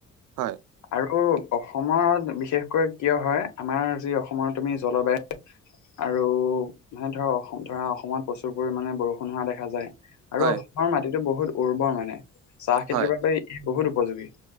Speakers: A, on the right; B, on the left.
A: হয়।
B: আৰু অসমত বিশেষকৈ কিয় হয়, আমাৰ যি অসমত তুমি জলবায়ু। আৰু মানে ধৰ ধৰা অসমত প্ৰচুৰ পৰিমানমানে বৰষুণ হোৱা দেখ। দেখা যায় আৰু
A: হয়
B: অসমৰ মাটিতটো বহুত উৰ্বৰ মানে চাহ খেতিৰ
A: হয়
B: বাবে। ই বহুত উপযোগী।